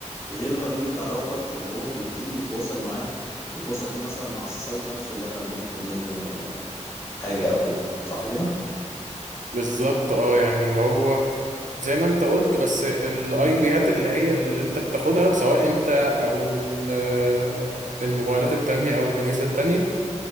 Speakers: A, on the left; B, on the right.
A: غير الاي بي بتاع الراوتر اللي هو بيبتدي يتواصل معاه يتواصل بيه مثلا مع السايت نفسه اللي احنا بنطلب منه آه، حاجة او كده صح كده
B: بالظبط اه يعني هو زي ما انت قلت بس الاي بيهات اللي هي اللي انت بتاخدها سواء انت او ال- آه، الموبايلات التانية او الأجهزة التانية